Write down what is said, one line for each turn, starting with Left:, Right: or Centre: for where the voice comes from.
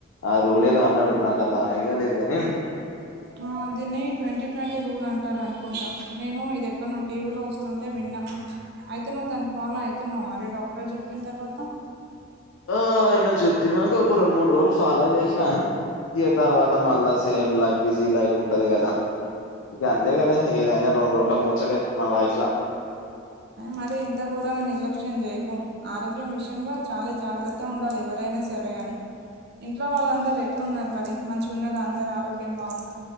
Left: ఆ రూలేదో అన్నాడు నాకంత ఐడియా లేదు గాని
Right: ఆ దీన్ని ట్వంటీ ట్వంటీ రూల్ అంటారనుకుంటా నేను ఇది ఎక్కన్నో టీవీలో వస్తుంటే వి అయితే నువ్వు దని ఫాలో అవుతున్నావ మరి డాక్టర్ జెప్పిన్ తర్వాత
Left: ఆ అయిన చెప్పినాక ఒక రెండు మూడు రోజుల్ ఫాలో చేసిన ఇగ తర్వాత మళ్ళా సేమ్ లైఫ్ బిజీ లైఫ్ ఉంటది గదా గంతే గదా ఏదైన రెండు రోజల ముచ్చటే మన లైఫ్ ల
Right: మరి ఇంతగోరంగ నిర్లక్ష్యం చేయకు ఆరోగ్యం విషయంలో చాలా జాగ్రత్త ఉండాలి ఎవరైనా సరే సరేగాని ఇంట్లో వాళ్ళందరు ఎట్టూన్నారు మరి మంచిగున్నార అందరు ఆరోగ్యం బాగుంద